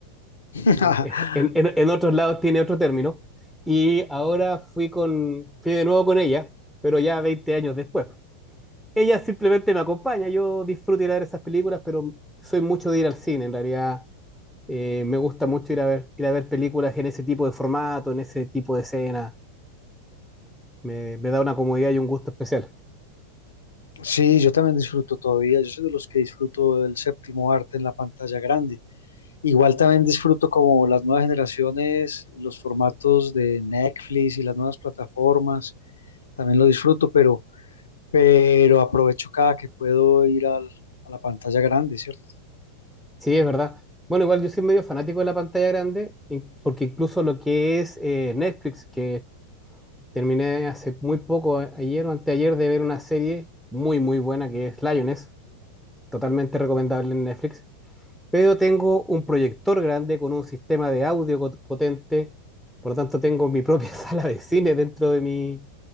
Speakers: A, on the left (about 65°); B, in the centre.
A: <laughs>
B: En, <laughs> en- en- en otros lados tiene otro término. Y ahora fui con, fui de nuevo con ella, pero ya 20 años después. Ella simplemente me acompaña. Yo disfruto ir a ver esas películas, pero soy mucho de ir al cine. En realidad, eh, me gusta mucho ir a ver, ir a ver películas en ese tipo de formato, en ese tipo de escena. Me, me da una comodidad y un gusto especial.
A: Sí, yo también disfruto todavía. Yo soy de los que disfruto del séptimo arte en la pantalla grande. Igual también disfruto como las nuevas generaciones, los formatos de Netflix y las nuevas plataformas. También lo disfruto, pero pero aprovecho cada que puedo ir al- a la pantalla grande, ¿cierto?
B: Sí, es verdad. Bueno, igual yo soy medio fanático de la pantalla grande, in- porque incluso lo que es eh, Netflix, que terminé hace muy poco, a- ayer o anteayer, de ver una serie muy, muy buena que es Lioness, totalmente recomendable en Netflix, pero tengo un proyector grande con un sistema de audio co- potente, por lo tanto tengo mi propia <laughs> sala de cine dentro de mi,